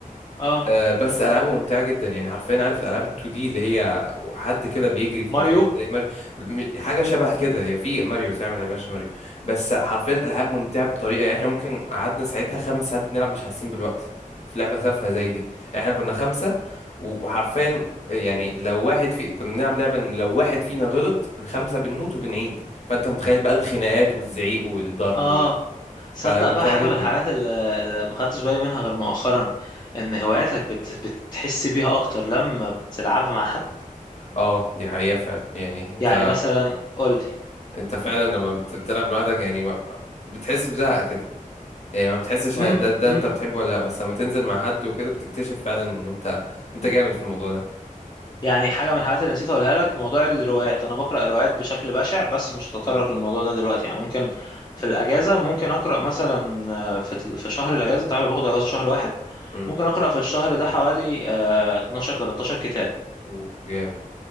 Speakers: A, on the left; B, on the left.
A: اه
B: آه، بس العابه ممتعه جدا يعني حرفيا عارف الالعاب ال2 دي اللي هي حد كده بيجري في
A: ماريو
B: مكان زي ماريو م- حاجه شبه كده هي في ماريو بس احنا ما لعبناش ماريو بس حرفيا العاب ممتعه بطريقه يعني احنا ممكن قعدنا ساعتها خمس ساعات بنلعب مش حاسين بالوقت في لعبه تافهه زي دي احنا كنا خمسه و- وحرفيا يعني لو واحد في كنا بنلعب لعبه ان لو واحد فينا غلط الخمسه بنموت وبنعيد فانت متخيل بقى الخناقات والزعيق والضرب
A: اه
B: وال...
A: صدق
B: فممتعه
A: بقى حاجه
B: جدا
A: من الحاجات اللي اللي ما خدتش بالي منها غير مؤخرا ان هواياتك بت... بتحس بيها اكتر لما بتلعبها مع حد
B: اه دي حقيقه فعلا يعني انت
A: يعني مثلا قول لي
B: انت فعلا لما بت- بتلعب لوحدك يعني ما ما- بتحس بزهق كده يعني ما بتحسش
A: امم
B: ه- ده ده
A: امم
B: انت بتحبه ولا لا بس لما تنزل مع حد وكده بتكتشف فعلا ان انت انت جامد في الموضوع ده
A: يعني حاجه من الحاجات اللي نسيت اقولها لك موضوع الروايات انا بقرا روايات بشكل بشع بس مش هتطرق
B: مم.
A: للموضوع ده دلوقتي يعني ممكن في الاجازه ممكن اقرا مثلا آه، في ال- في شهر الاجازه انت عارف أنا باخد اجازه شهر واحد
B: مم.
A: ممكن اقرا في الشهر ده حوالي آه، 12 13 كتاب
B: و- جامد